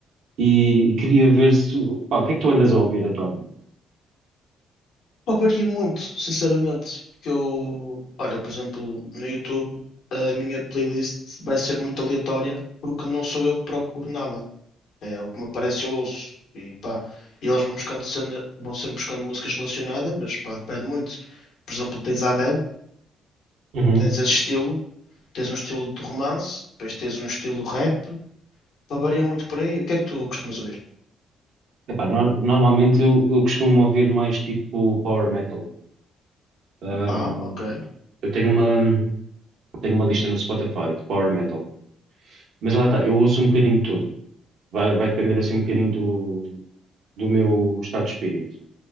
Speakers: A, on the right; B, on the left.
A: e, e queria ver se, tu- pá, o que é que tu andas a ouvir atualmente?
B: Pá, varia muito, sinceramente. Porque eu, olha, por exemplo, no YouTube, a minha playlist vai ser muito aleatória porque não sou eu que procuro nada. É o que me aparece, eu ouço. E pá, e eles vão buscando cena, vão sempre buscando músicas relacionadas, mas pá, depende muito. Por exemplo, tens a Adele.
A: Uhum.
B: Tens esse estilo, tens um estilo de romance, depois tens um estilo rap, pá, varia muito por aí. O que é que tu costumas ouvir?
A: Epá, no- normalmente eu, eu costumo ouvir mais tipo power metal. Hum,
B: Ah, ok.
A: eu tenho uma, tenho uma lista no Spotify de power metal, mas lá está, eu ouço um bocadinho de tudo, vai, vai depender assim um bocadinho do, do meu estado de espírito.